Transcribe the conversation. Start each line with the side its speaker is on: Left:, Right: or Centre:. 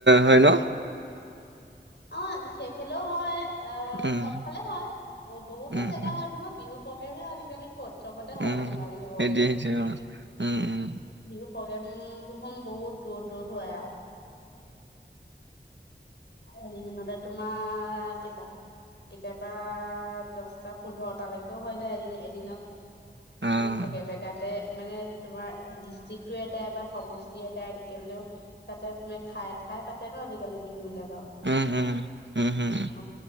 Right: হয় ন।
Left: অ, সেইফালেও হয়। অ,
Right: উম,
Left: চবফালে হয়, বহুতো
Right: উম,
Left: জেগা
Right: উম,
Left: হয় নহয় বিহু। পগেজু আজিকালি। কত শৱতে হয়
Right: উম,
Left: দেখোন বিহু
Right: সেইটোৱে
Left: বকে
Right: সেইটোৱে অ', উম, উম,
Left: বিহু। প্ৰগ্ৰেম দুখন বহুত দূৰত দূৰত হয় আৰু। উম। এদিনিনতে তোমাৰ কটা, কেতিয়াবা দছটা পোন্ধৰটালৈকেও হৈ যায় এদিন এদিনত।
Right: অ',
Left: মানে একে জেগাতে। মানে তোমাৰ ডিষ্ট্ৰিক্টো এটাই বা সমষ্টি এটাই কিন্তু তাতে মে ঠাইে ঠাই পাতে ন আজিকালি বিহু বিলাক। অ
Right: উম, উম, উম, হম,
Left: হ।